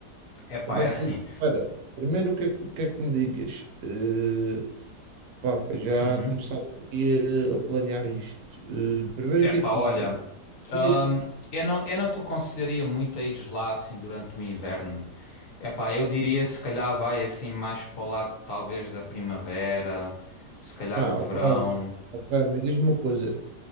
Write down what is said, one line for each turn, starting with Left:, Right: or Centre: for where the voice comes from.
Left: é pá,
Right: Como
Left: é
Right: é que.
Left: assim.
Right: Espera, primeiro o que é que, o que é que me digas? Eh, pá, para já
Left: Uhum.
Right: começar aqui a, a planear isto. Eh, primeiro
Left: É
Right: o que
Left: pá,
Right: é que
Left: olha,
Right: me digas?
Left: hum,
Right: Dias?
Left: eu não, eu não te aconselharia muito a ires lá assim durante o inverno. É pá, eu diria se calhar vai assim mais para o lado talvez da primavera, se calhar
Right: Ah,
Left: o verão.
Right: ok. Ok, mas diz-me uma coisa,